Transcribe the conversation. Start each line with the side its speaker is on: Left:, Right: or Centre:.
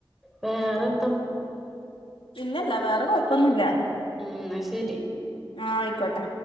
Centre: വേറെ
Left: ഇല്ലല്ല വേറെ കൊഴപ്പൊന്നുമില്ല
Centre: ഉം ശരി
Left: ആഹ ആയിക്കോട്ടെ